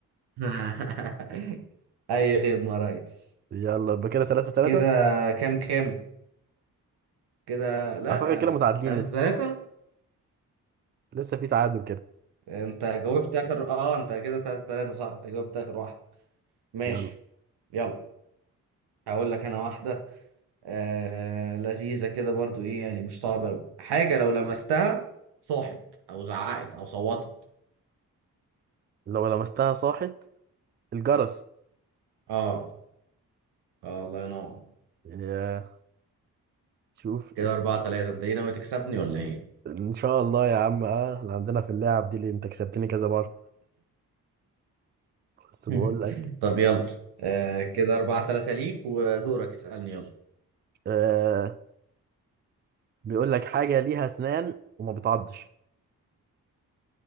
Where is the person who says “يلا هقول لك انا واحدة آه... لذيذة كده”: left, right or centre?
Right